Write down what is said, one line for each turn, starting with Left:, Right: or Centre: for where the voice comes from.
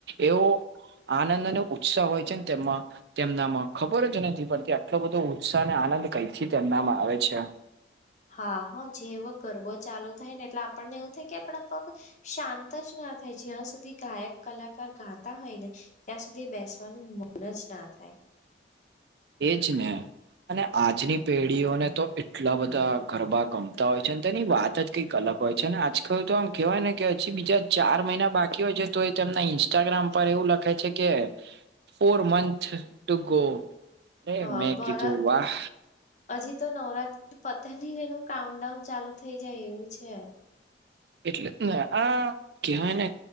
Right: એવો, આનંદ અને ઉત્સાહ હોય છે ને તેમાં તેમનામાં ખબર જ નથી પડતી આટલો બધો ઉત્સાહ અને આનંદ કઈથી તેમનામાં આવે છે.
Left: હા હા જેવો ગરબો ચાલુ થાય ને એટલે આપણને એવું થાય કે આપણા પગ શાંત જ ના થાય જ્યાં સુધી ગાયક કલાકાર ગાતા હોય ને ત્યાં સુધી બેસવાનું મન જ ના થાય
Right: એજ ને, અને આજની પેઢીઓને તો એટલા બધા ગરબા ગમતા હોય છે અને તેની વાત જ કંઈક અલગ હોય છે ને આજકાલ તો આમ કેહેવાય ને કે હજી બીજા ચાર મહિના બાકી હોય છે તો એ તેમના ઇન્સ્ટા ઇસ્ટાગ્રામ પર એવું લખે છે કે ફોર મંથ ટુ ગો, અરે
Left: હા
Right: મેં
Left: <unintelligible>
Right: કીધું વાહ
Left: હજી તો નવરાત્રી પતે નય ને એનું કાઉન્ટડાઉન ચાલુ થઇ જાય એવું છે.
Right: એટલે જ ના હા, કહેવાય ને